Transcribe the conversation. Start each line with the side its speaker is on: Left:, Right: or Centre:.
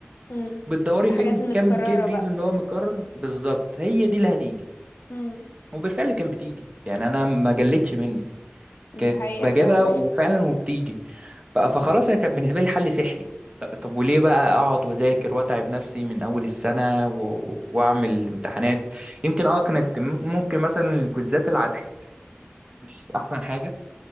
Left: مم.
Right: بتدوري
Left: الحاجات
Right: فين
Left: المتكررة
Right: كام جيف
Left: بقى
Right: ريزون اللي هو مكرر بالظبط هي دي اللي هتيجي
Left: مم.
Right: وبالفعل كان بتيجي يعني انا ما جلتش مني
Left: دي
Right: كانت
Left: حقيقة
Right: بجيبها
Left: فعلا
Right: وفعلا وبتيجي ف- فخلاص هي كانت بالنسبه لي حل سحري ط- طب وليه بقى اقعد واذاكر واتعب نفسي من اول السنه و... واعمل امتحانات يمكن اه كانت مم- ممكن مثلا الكويزات العاديه مش احسن حاجه